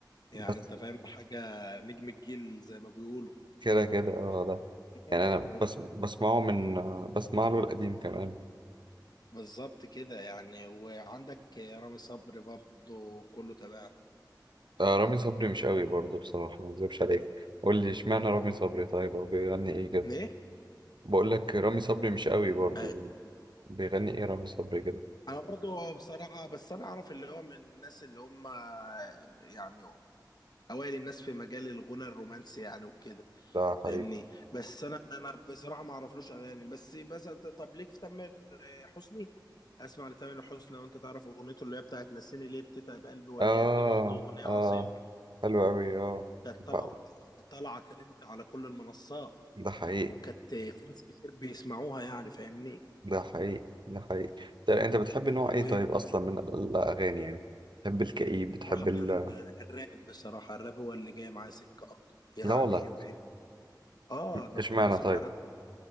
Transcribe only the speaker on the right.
بس
كده كده اه ده
يعني انا بس بسمعه من آه، بسمع له القديم كمان
آه، رامي صبري مش قوي برضه بصراحة ما اكذبش عليك قول لي اشمعنى رامي صبري طيب او بيغني ايه كده
بقول لك رامي صبري مش قوي برضه
بيغني ايه رامي صبري كده
ده
حقيقي
اه
اه
حلو قوي اه
ب-
ده حقيقي
ده حقيقي ده حقيقي ده انت بتحب نوع
ايه طيب اصلا من ال- الاغاني يعني بتحب الكئيب بتحب ال...
لا والله
اشمعنى
طيب